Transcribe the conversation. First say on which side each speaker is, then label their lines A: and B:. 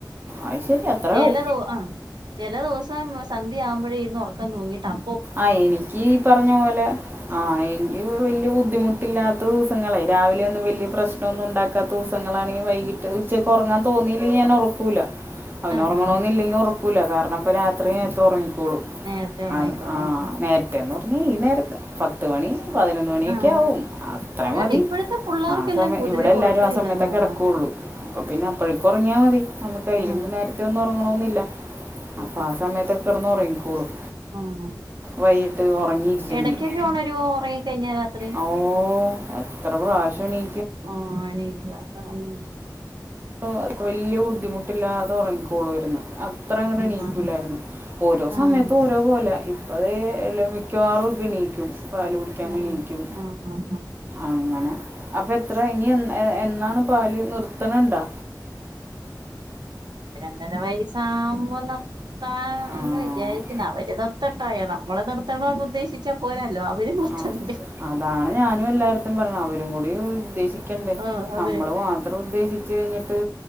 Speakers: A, on the right (about 30°); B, on the right (about 80°).
A: അത് ശരി അത്ര
B: ചെലതോ ആഹ് ചെല ദിവസം സന്ധ്യ ആവുമ്പോഴ ഇരുന്ന് ഉറക്കം തൂങ്ങിട്ട് അ
A: ആഹ് എനിക്ക് ഈ പറഞ്ഞ പോലെ ആ എനിക്ക് വല്യ ബു ദിവസങ്ങളെ രാവിലെ ഒന്നും വലിയ പ്രശ്നൊന്നും ഉണ്ടാക്കാത്ത ദിവസങ്ങളാണെങ്കി വൈകിട്ട് ഉച്ചയ്ക്ക് ഉറങ്ങാൻ തോന്നീയില്ലെങ്കി ഞാൻ ഒറക്കൂല്ല. അവന്
B: ആഹ്
A: ഒറങ്ങണോന്ന്
B: ആഹ്
A: ഇല്ലെങ്കി ഒ റക്കൂല കാരണം അപ്പ രാത്രി നേരത്തെ ഒറങ്ങിക്കോളൂം
B: നേരത്തെ ഉറങ്ങിക്കോളും
A: അത് ആ നേരത്തേന്ന് പറഞ്ഞ ഈ നേരത്ത് പത്ത് മണി പതിനൊന്ന് മണിയൊക്കെ
B: ആഹ്
A: ആവും അത്ര
B: ഇവന്
A: മതി
B: ഇപ്പോഴത്തെ പിള്ളേർക്കെല്ലാം
A: ആ സമയം
B: പൊതുവേ
A: ഇവിടെ എല്ലാവരും
B: ഉറക്കമില്ലെന്ന്
A: ആ സമയത്തൊക്കെ
B: തോന്നുന്നു
A: കിടക്കോള്ളൂ അപ്പൊ പിന്നെ അപ്പഴേക്കും ഒ റങ്ങിയാ മതി നമ്മുക്ക് അയ്യിലും
B: ആഹ്
A: നേരത്തെയൊന്നും ഉറങ്ങണന്നില്ല.
B: ഉം
A: അപ്പൊ ആഹ് സമയത്തൊക്കെ കിടന്ന് ഉറങ്ങിക്കോളൂം.
B: ആഹ്
A: വൈകിട്ട് ഉറങ്ങിയില്ലെങ്കിൽ
B: ഇടയ്ക്കൊക്കെ ഉണരുവോ ഉറങ്ങി കഴിഞ്ഞാ രാത്രി
A: ഓ എത്ര പ്രാവശ്യം എണീ
B: ആഹ് എണീക്കും അതാണ്
A: ആ വല്യ ബുദ്ധിമുട്ടില്ലാത ഉറങ്ങിക്കോ കോളുമാരുന്നു അത്ര അങ്ങിട്ട്
B: ആഹ്
A: എണ്ണിക്കൂലാരുന്നു ഓരോ
B: ആഹ്
A: സമയത്തും ഓരോ പോലെയാ ഇപ്പ ദേ എല്ലൊം മിക്കവാറും ഒക്കെ എണീക്കും പാല് കുടിക്കാനും
B: ആഹ്
A: എണ്ണീക്കും
B: ആഹ് ആഹ് ആഹ്
A: അങ്ങനെ അപ്പ എത്ര ഇനി എന്നാ ആ എന്നാണ് പാല് നിർത്തണണ്ടാ
B: രണ്ടര വയസാവുമ്പോ നിർത്താ
A: ആ
B: എന്ന് വിചാരിക്കുന്നു അവര് നിർത്തട്ടെ ണ്ടായ നമ്മള് നിർത്തണെന്ന് ഉദ്ദേശിച്ചാൽ പോരാല്ലോ. അവര് നിർത്തണ്ടേ
A: ആഹ് അതാണ് ഞാനും എല്ലാടുത്തും പറയണ അവരും കൂടി ഉദ്ദേശിക്ക ക്കെണ്ടെ
B: ആഹ് അതെ
A: നമ്മള് മാത്രം ഉദ്ദേശിച്ചു കഴിഞ്ഞിട്ട്